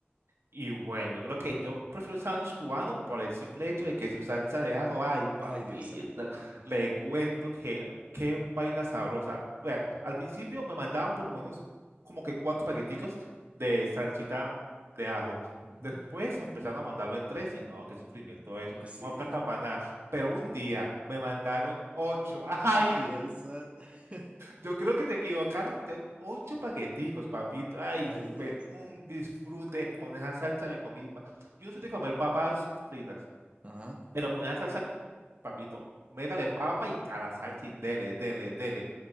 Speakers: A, on the right; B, on the right.
A: Y bueno, yo creo que yo prefiero el sándwich cubano por el simple hecho de que su salsa de ajo, ay, papita,
B: Ay, Dios santo.
A: le cuento que qué vaina sabrosa. Vea, al principio me mandaban por lo menos como que cuatro paqueticos de salsita de ajo.
B: Ujú.
A: Después empezaron a mandarme tres y no, qué sufrimiento
B: No,
A: es, un-
B: sí.
A: no alcanza para nada. Pero un día me mandaron ocho. <laughs> Ay,
B: Ay,
A: Dios.
B: Dios santo. <laughs>
A: Yo creo que te equivocaron y metieron ocho paqueticos, papito. Ay,
B: Ay,
A: eso fue
B: Dios santo.
A: un disfrute. Con esa salsa me comí. pa- Yo no soy de comer papas fritas,
B: Ajá.
A: pero con esa salsa, cu- papito, métale papa y a la salsa y dele, dele, dele.